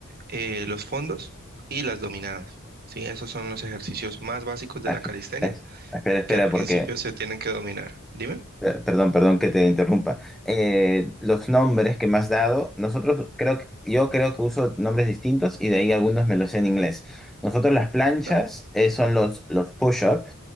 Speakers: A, on the right (about 45°); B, in the centre.
A: eh, los fondos y las dominadas, ¿sí? Esos son los ejercicios más básicos de
B: Ah,
A: la
B: esp-
A: calistenia
B: eh, Espera, espera,
A: que al principio
B: porque...
A: se tienen que dominar. Dime.
B: Eh, Perdón, perdón que te interrumpa. Eh, los nombres que me has dado, nosotros creo que, yo creo que uso nombres distintos y de ahí algunos me los sé en inglés. Nosotros las planchas
A: No.
B: eh, son los, los push-ups,